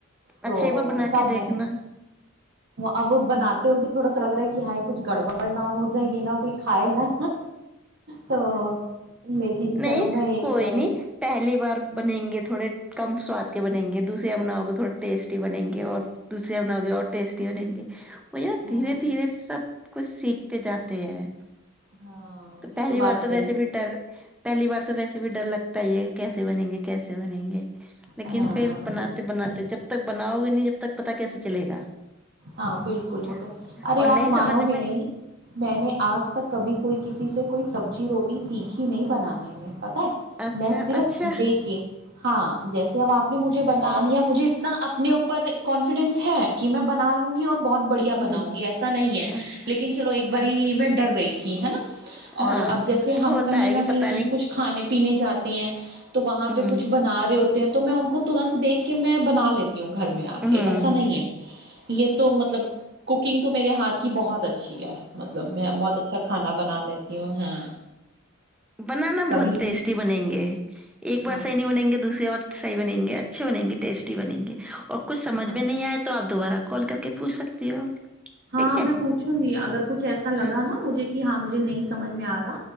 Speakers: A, on the right; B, in the centre.
A: تو
B: اچھا ایک بار بنا
A: تب
B: کے
A: میں
B: دیکھنا
A: نے اب وہ بناتے ہوئے بھی تھوڑا سا لگ رہا ہے ہ کچھ گڑبڑ نہ ہو یہ نہا کوئی کھائے نا تو لیکن چلو
B: نہیں
A: میں ایک
B: کوئی
A: باری
B: نہیں پہلی بار بنیں گے تو تھوڑے کم سواد کے بنیں گے دوسرے بناؤ کے تھوڑے ٹیسٹی بنیں گے اور دوسریا بنا کےے اور ٹیسٹی ہو بیں گی ہو یا
A: ہاں
B: دھیرے دھیرے سب کچھ سیکھتے جاتے کہ
A: ہاں
B: تو
A: یہ
B: پہلی بار
A: بات
B: تو
A: صحیح
B: ویسے بھی ڈر پہلی بار تو ویسے بھی ڈر لگتا ہی ہے کیسے بنیں گے کیسے بنیں گے لیکن
A: ہے ہاں
B: پھر بناتے
A: بالکل
B: بناتے جب تک بناؤ گے نہیں جب تب تک پتا کیسے چلے گا
A: ہاں بالکل
B: اچھا
A: وہ تو ارے
B: اور نہیں
A: آپ
B: سمجھ
A: مانو گے
B: میں
A: نہیں میں نے آج تک کبھی کوئی کسی سے کوئی سبزی روٹی سیکھی نہیں بنانے میں پتا ہے
B: اچھا
A: میں صرف
B: اچھا
A: دیکھ کے ہاں جیسے اب آپ نے مجھ بتا دیا مجھے اتنا اپنے اوپر کانفیڈنس ہے کہ میں بنا ہوں گی اور بہت بڑھیا بناؤں
B: ہوں
A: گی ایسا نہیں ہے
B: اچھا
A: لیکن چلو ایک باری وڈر ریٹ ت ہے نا اور
B: ہاں
A: اب جیسے ہم
B: ہوتا
A: کہیں
B: ہے
A: نہ
B: کہ
A: کہیں
B: پتا نہیں
A: کچھ کھانے پینے جاتے تی ہیں تو وہاں
B: ہوں
A: پہ کچھ بنا رہے ہو تو میں ان کو ترنت دیک کے میں بنا لیتا تی ہوں گھر میں آ کے
B: ہوں
A: ایسا نہیں ہے تو مطلب کوکنگ تو میرے ہاتھ کی بہت اچھی ہے مطلب میں بہت اچھا کھانا بنا لیتا تیوں ہاں
B: بنانا
A: کبھی
B: بہت ٹیسٹی بنیں گے ایک بار
A: ہاں
B: سحینی بنیں گے دوسری بار صح بنیں گے اچھے بنیں گے ٹیسٹی بنیں گے اور کچھ سمجھ
A: ہاں
B: میں نہیں آئے تو آپ دوبارہ کال کر کے پوچھ سکتی ہو
A: ہاں
B: ٹھیک
A: میں
B: ہے
A: پوچھوں گی اگر کچھ ایسا لگا
B: ہاں
A: نا مجھے کہ ہاں مجھے نہیں سمجھ میں آ رہا